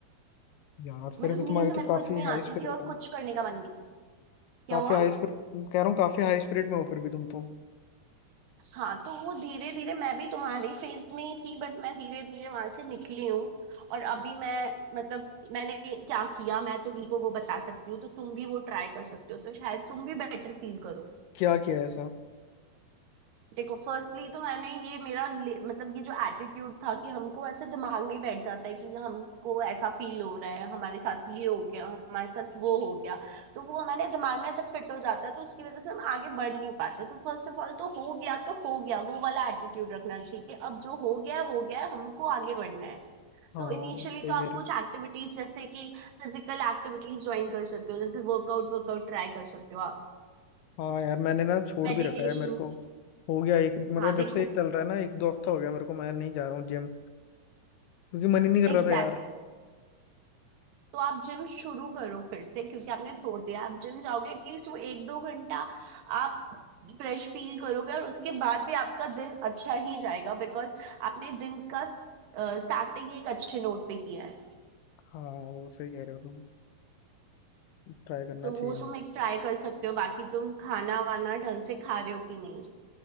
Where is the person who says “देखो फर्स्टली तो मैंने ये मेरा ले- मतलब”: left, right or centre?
Right